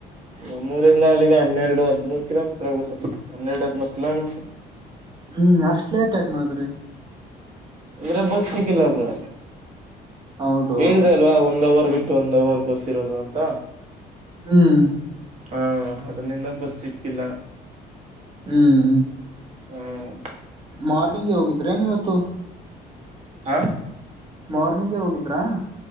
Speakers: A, on the right; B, on the right.
A: ನಮ್ಮೂರಿಂದ ಅಲ್ಲಿಗೆ ಹನ್ನೆರಡು ಹದ್ಮೂರ್ ಕಿಲೋಮೀಟ್ರ ಆಗುತ್ತೆ ಹನ್ನೆರಡು ಹದ್ಮೂರ್ ಕಿಲೋಮೀಟ್ರ
B: ಹ್ಮ್ ಅಷ್ಟ್ ಲೇಟ್ ಯಾಕ್ ಮಾಡಿದ್ರಿ
A: ಅಂದ್ರೆ ಬಸ್ ಸಿಕ್ಕಿಲ್ಲ ಬ್ರೋ
B: ಹೌದು
A: ಹೇಳಿದೆ ಅಲ್ವಾ ಒಂದ್ ಅವರ್ ಬಿಟ್ಟು ಒಂದ್ ಅವರ್ ಬಸ್ ಇರೋದು ಅಂತ
B: ಹ್ಮ್
A: ಹಾ ಅದರಿಂದ ಬಸ್ ಸಿಕ್ಕಿಲ್ಲ
B: ಹ್ಮ್
A: ಹ್ಮ್
B: ಮಾರ್ನಿಂಗ್ಗೆ ಹೋಗಿದ್ರೇನ್ ಇವತ್ತು
A: ಹಾ
B: ಮಾರ್ನಿಂಗೆ ಹೋಗಿದ್ರಾ